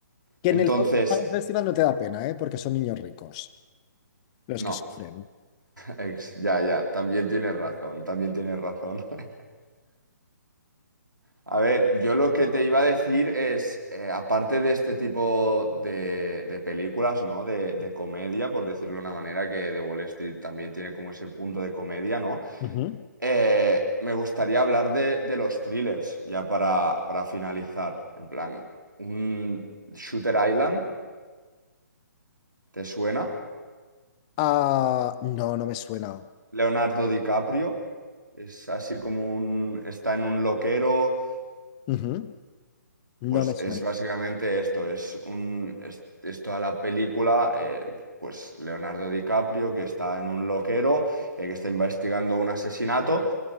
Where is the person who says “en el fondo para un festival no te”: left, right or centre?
Left